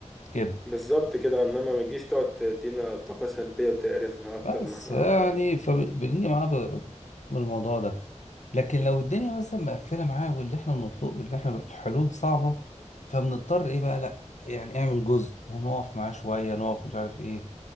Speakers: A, on the left (about 70°); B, in the centre.
A: كده
B: بالظبط كده انما ما تجيش تقعد تدينا طاقه سلبيه وتقرفنا اكتر
A: بس
B: ما احنا
A: يعني
B: قرفانين
A: فبنيجي معاه ب- من الموضوع ده لكن لو الدنيا مثلا مقفله معاه واللي احنا بنطلبه واللي احنا الحلول صعبه فبنضطر ايه بقى لا يعني اعمل جزء ونقف معاه شويه نقف مش عارف ايه,